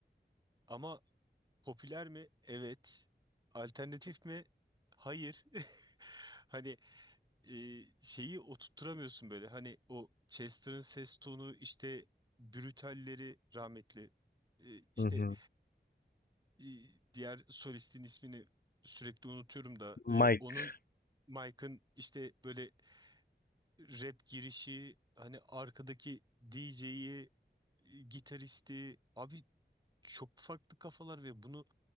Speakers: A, on the right (about 20°); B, on the left (about 55°).
A: ama popüler mi? Evet. Alternatif mi? Hayır. <laughs> Hani e, şeyi oturtturamıyorsun böyle. Hani o Chester'ın ses tonu işte Brutal'leri rahmetli. E, işte
B: Hı hı.
A: e, diğer solistin ismini sürekli unutuyorum da
B: Mike.
A: e, onun Mike'ın işte böyle rap girişi hani arkadaki DJ'yi gitaristi abi çok farklı kafalar ve bunu